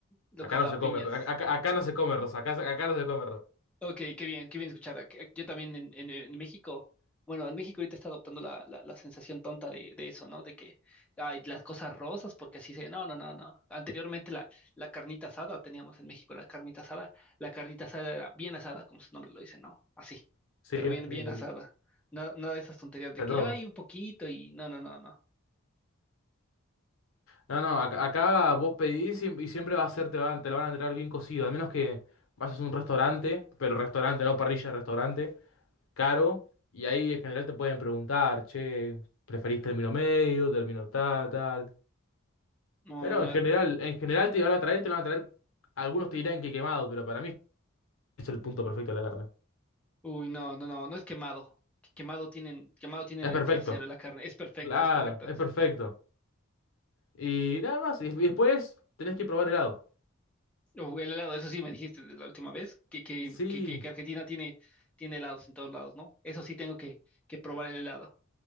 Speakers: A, in the centre; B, on the left.
A: lo
B: Acá
A: caga
B: no se
A: a
B: come,
A: piñas.
B: ro- acá, acá no se come rosa, acá, se- acá no se come rosa.
A: Ok, qué bien, qué bien escuchar. Ac- Yo también en, en- en México, bueno, en México ahorita está adoptando la, la, la sensación tonta de, de eso, ¿no? De que hay las cosas rosas, porque así se. No, no, no, no. Anteriormente la, la carnita asada teníamos en México, la carnita asada. La carnita asada era bien asada, como su nombre lo dice, ¿no? Así,
B: Sí,
A: pero bien,
B: bien,
A: bien
B: que-
A: asada. Nada, nada de esas tonterías de
B: está
A: que
B: todo.
A: hay un poquito y. No, no, no, no.
B: No, no, ac- acá, vos pedís y, y siempre va a ser, te van, te la van a entregar bien cocido, al menos que vayas a un restaurante, pero restaurante, no parrilla, restaurante, caro, y ahí en general te pueden preguntar, che, ¿preferís término medio, término tal, tal?
A: No,
B: Pero
A: no, no.
B: en general, en general te van a traer, te van a traer, algunos te dirán que quemado, pero para mí es el punto perfecto de la carne.
A: Uy, no, no, no, no es quemado. Quemado tienen, quemado tienen
B: Es
A: el
B: perfecto,
A: trasero y la carne. Es perfecto,
B: claro,
A: es perfecto.
B: es
A: sí.
B: perfecto. Y nada más, y y después tenés que probar helado.
A: O el helado, eso sí me dijiste de la última vez, que, que,
B: Sí.
A: que, que- que Argentina tiene, tiene helados en todos lados, ¿no? Eso sí tengo que, que probar el helado.